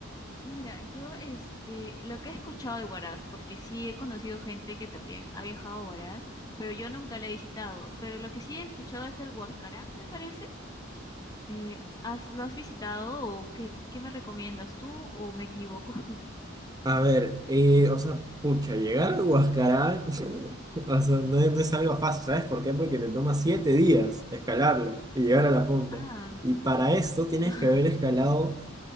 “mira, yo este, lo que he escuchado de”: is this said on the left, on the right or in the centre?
Left